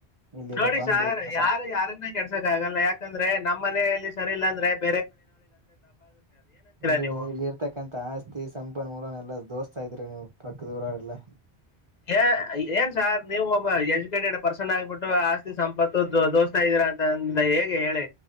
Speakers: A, on the right; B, on the left.
A: ಇಲ್ಲಿದ್ದ
B: ನೋಡಿ
A: ಬಂದು
B: ಸಾರ್
A: ಇಲ್ಲಿ ಸ
B: ಯಾರ ಯಾರನ್ನ ಕೆಡ್ಸಕ್ ಆಗಲ್ಲ ಯಾಕಂದ್ರೆ ನಮ್ಮನೆಯಲಿ. ಸರಿಲ್ಲ ಅಂದ್ರೆ ಆಯ್ತ್
A: ಇಲ್ಲಿ
B: ನೀವು
A: ಇಲ್ಲಿ ಇರ್ತಕ್ಕಂಥ ಆಸ್ತಿ ಸಂಪನ್ಮೂಲನ ಎಲ್ಲ ದೋಸ್ತ್ ಸರಿ ಇದ್ರಿರಿ ನೀವು ಪಕ್ಕ ದೂರ ಆಲ್ಲ
B: <inaudible> ಹೇ ಹೇ ಏನ್ ಸಾರ್ ನೀವು <unintelligible> ಎಜುಕೇಟೆಡ್ ಪರ್ಸ್ ಚೆನ್ನಾಗಿಬಿಟ್ಟು ಆಸ್ತಿ ಸಂಪತ್ತು ದೋಷ ಇದೀರಾ ಅಂತಂದ ಹೇಗೆ ಹೇಳಿ